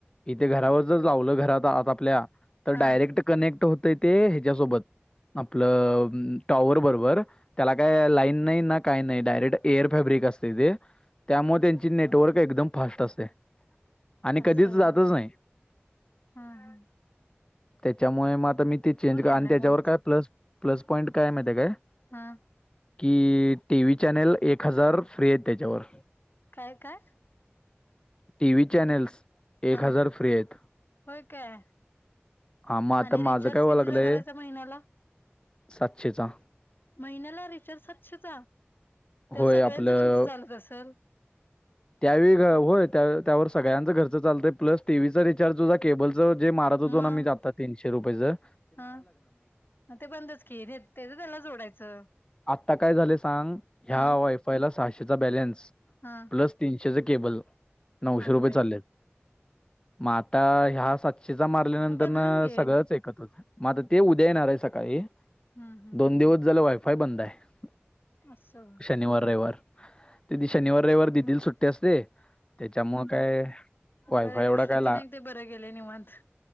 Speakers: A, on the left; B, on the left.
A: इथे घरावर जर लावलं घरात आता आपल्या तर
B: हा
A: डायरेक्ट कनेक्ट होतं ते ह्याच्यासोबत.... आपलं टॉवर बरोबर त्याला काय लाईन नाही ना काय नाही डायरेक्ट.... एअर फॅब्रिक असते ते त्यामुळे त्यांची नेटवर्क एकदम फास्ट असते... आणि
B: असं
A: कधीच
B: होय
A: जातच नाही....
B: हा हा
A: त्याच्यामुळे मग आता मी ते चेंज
B: फोन यालाय
A: कर आणि त्याच्यावर
B: मम्मीचा
A: काय प्लस प्लस पॉईंट काय माहि काय.....
B: हा....
A: कि टी व्ही चॅनल एक हजार फ्री आहेत त्याच्यावर.
B: काय काय.
A: टीव्ही चॅनेल्स
B: हा
A: एक हजार फ्री आहेत.
B: होय काय
A: हा मग आता
B: आणि रिचार्ज
A: माझं काय व्हायला
B: कितीचा
A: लागलंय
B: करायचा महिन्याला
A: सातशेचा....
B: महिन्याला रिचार्ज सातशे चा त्यावर
A: होय
B: सगळ्यांचं
A: आपलं
B: तुमचं चालत असेल....
A: त्यावेळी घ... होय त्यावर सगळ्यांचं घरच चालतय प्लसी टि व्ही चा रिचार्ज सुद्धा केबलचं जे मारत होतो
B: मग
A: ना मी आता तीशे शे रुपयेंच...
B: हा ते बंदच की रे तेच त्याला जोडायचं.
A: आता काय झा सांग ह्या
B: हा
A: वायफायला सहाशेचा बॅलन्स
B: हा
A: प्लस तीनशेच केबल नऊशे
B: अगं
A: रुपये
B: बाई
A: चाल्यात, मग आता ह्या सातशेचा मा रल्या
B: मग
A: नंतर
B: बदलून
A: न
B: घे
A: सगळंच ऐकत्र होत मग आता ते उद्या येणार आहे सकाळी.
B: हम्म हम्म
A: दोन दिवस झाले वायफाय बंद आहे,
B: असं होय
A: शनिवार रविवार. ते ती शनिवार रविवार दिदिला सुट्टी असते. त्याच्यामुळं काय, वायफाय
B: बर,
A: एवढा
B: श्रुतीने
A: काय ला
B: एक ते बरं गेले निवांत.